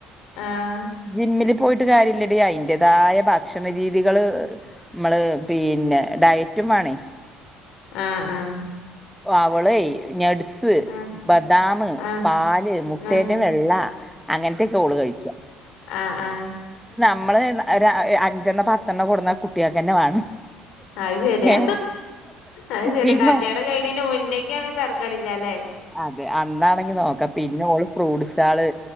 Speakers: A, on the left (about 60°); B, in the centre.
A: ആഹ
B: ജിമ്മില് പോയിട്ട് കാര്യില്ലട അതിന്റേതായ ഭക്ഷണ രീതികള് നമ്മള് പിന്നെ ഡയറ്റ് റ്റമാണ
A: ആഹ ആഹ
B: അവളെ ഞട് സ്
A: ആഹ്
B: ബദാാം
A: ആഹ്
B: പാല് മുട്ടേന്റെ
A: ആഹ്
B: വെള്ള അങ്ങനത്തൊക്കെ ഓള് കഴിക്കുക
A: ആഹ ആഹ
B: നമ്മള് അഞ്ചെണ്ണോ പത്തെണ്ണ കൊട് ന്നാൽ കുട്ടികൾക്കെ തന്നെ വേണം
A: അത് ശെരിയാ
B: ഏ
A: അത് ശെരിയാ
B: പിന്നോ
A: കല്യാണം കഴിഞ്ഞന്റെ മുന്നക്കാണ തറക്കാടില്ലല്ലെ
B: അതെ അന്നാണെങ്കി നോക്കാം പിന്നെ ഓള് ഫ്രൂട്ട്സ് ആള്